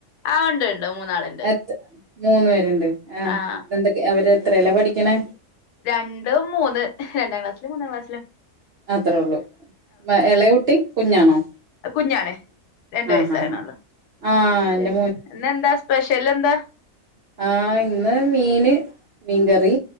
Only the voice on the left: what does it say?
ആ ഉണ്ട് ഉണ്ട് മൂന്നാളുണ്ട്
ആഹ്
രണ്ട മൂന്ന് രണ്ടാം ക്ലാസ്സില് മൂന്നാം ക്ലാസ്സിലും
കുഞ്ഞാണെ. രണ്ട
വയസായണോള്ളൂ
പിന്നെ ന്ന് ഇ ന്താ സ്പെഷ്യൽ എന്താ